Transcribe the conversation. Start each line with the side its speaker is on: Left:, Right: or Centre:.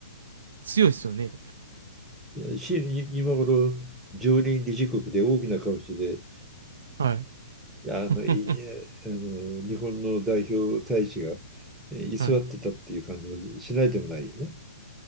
Right: 強いですよね。
Centre: し今頃、常任理事国で大きな顔してて、
Right: はい。
Centre: ああのい
Right: <laughs>
Centre: あの日本の代表大使が居座ってたっていう感じもしないでもないよね。
Right: はい。